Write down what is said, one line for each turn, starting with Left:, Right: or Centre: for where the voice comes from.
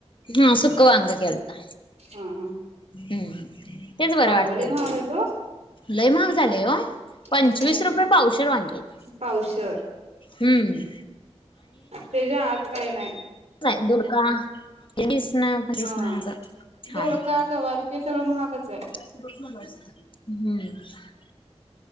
Left: ह्म सुकंवांग केलता.
Right: हा
Left: हम्म्. तेच बरं
Right: माळवलय
Left: वाटतंया.
Right: महाग हाय तो
Left: लई महाग झालय ओ. पंचवीस
Right: हम्म
Left: रुपये पावशेर वांगी आहेत.
Right: पावशेर
Left: हम्म.
Right: तेज्या आत काय नाही.
Left: काय दुडका, <unintelligible>
Right: हा.
Left: असं हाय
Right: दोडका, गवारी ते सगळं महागचय.
Left: हम्म <unintelligible>